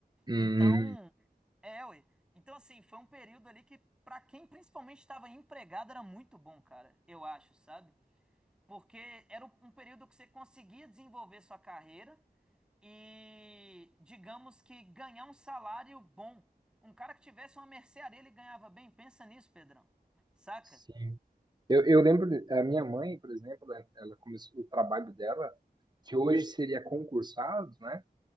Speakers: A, on the right; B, in the centre.
A: Hum,
B: Então, é, ué. Então, assim, foi um período ali que, pra quem principalmente estava empregado, era muito bom, cara, eu acho, sabe? Porque era um período que você conseguia desenvolver sua carreira e, digamos que, ganhar um salário bom. Um cara que tivesse uma mercearia, ele ganhava bem. Pensa nisso, Pedrão. Saca?
A: sim. Eu, eu lembro, de- a minha mãe, por exemplo, né, ela começou o trabalho dela, que hoje seria concursado, né?